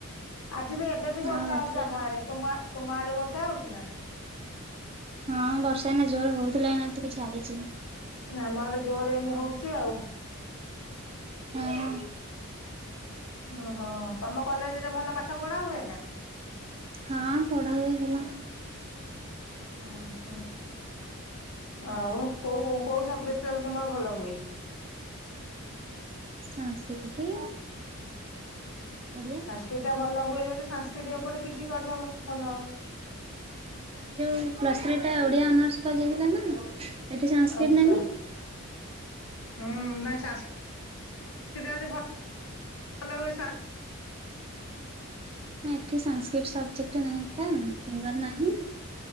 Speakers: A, on the left; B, on the right.
A: ଆଜି ବି ଏବେ ବି ବର୍ଷା
B: ଆଉ ରଥଯାତ୍ରା
A: ହଉଚି ଆମ ଆଡେ, ତୁମା ତୁମ ଆଡେ ବର୍ଷା ହଉଚି ନା?
B: ହଁ ବର୍ଷା ଏଇନା ଜୋର ହଉଥିଲା ଏଇନା ଟିକେ ଛାଡିଚି।
A: ଆମ ଆଡେ ଜୋର ଏଇନେ ହଉଚି ଆଉ।
B: ହଁ।
A: ଓହୋ ତମ କଲେଜରେ ଭଲ ପାଠ ପଢା ହୁଏନା?
B: ହଁ ପଢା ହୁଏ ଭଲ।
A: ଅ ହ ଆଉ କୋଉ କୋଉ ସବଜେକ୍ଟଟରେ ତୁମର ଭଲ ହୁଏ?
B: ମୋର ସାଂସ୍କ୍ରିଟି, ଓଡ଼ିଆ।
A: କିଟା ଭଲ ହୁଏ ଯଦି ସାଂସ୍କ୍ରିଟି ଉପରେ ପି ଜି କରିଦବ ଭଲ ହବ।
B: ନାଇଁ ଯୋଉ ପ୍ଲସ୍ ଥ୍ରୀ ଟା ଓଡ଼ିଆ ଅନର୍ସ ପା ଯାଇଥିଲା ନା ଏଠି ସାଂସ୍କ୍ରିଟ
A: ଆଚ୍ଛା,
B: ନାହିଁ।
A: ହୁଁ ନାଇ ସାଂସ୍କ୍ରିଟ ଟା ଯଦି ଭ ଭଲ ପଇସା
B: ନା ଏଠି ସାଂସ୍କ୍ରିଟ ସବଜେକ୍ଟ ନାହିଁ ନା, ଫିଙ୍ଗର୍ ନାହିଁ,